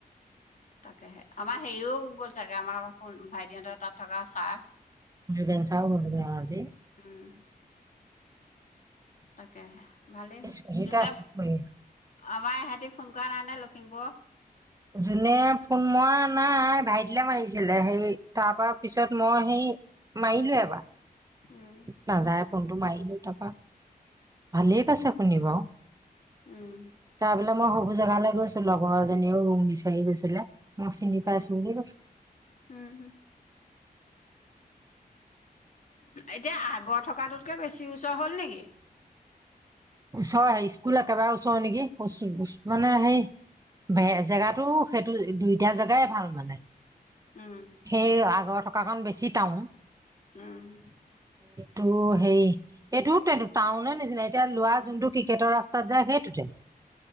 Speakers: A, on the left; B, on the right.
A: তাকেহে আমাৰ হেৰিও গ'ল চাগে আমাৰ ভাইটিহঁতৰ তাত থকা ছাৰ <unintelligible>
B: <unintelligible> চাৰও গ'ল ক আজি
A: উম, তাকেহে ভালেই হ'ল
B: স্কুটিতে
A: যোনে
B: আছে পৰি।
A: আমাৰ এহঁতি ফোন <unintelligible> কৰা নাই নে লখিমপুৰ <unintelligible>
B: যোনে ফোন মৰা নাই ভাইটিলে মাৰিছিলে সেই তাৰ পৰা পিছত মই সেই <unintelligible> মাৰিলোঁ এবাৰ <unintelligible>
A: উম,
B: নাযায় ফোনটো মাৰিলো তাৰাপা ভালেই পাইছে শুনি বাৰু
A: উম,
B: তাৰ বোলে মই সব জেগালৈ গৈছো লগৰজনীয়েও ৰুম বিচাৰি গৈছিলে। মই চিনি
A: উম,
B: পাইছোঁ বুলি কৈছে
A: উম, উম। এতিয়া আগৰ থকাটোতকে বেছি ওচৰ হ'ল নেকি?
B: চ সেই স্কুল একেবাৰে ওচৰৰ নেকি মানে সেই জেগাটো সেইটো দুইটা জেগাই ভাল মানে।
A: উম,
B: সেই আগৰ থকাকন বেছি টাউন।
A: উম
B: তোৰ হেৰি এইটো টাউনৰ নিচিনা এতিয়া লোৱা যোনটো ক্ৰিকেটৰ ৰাস্তাত যায় সেইটোতে <inaudible>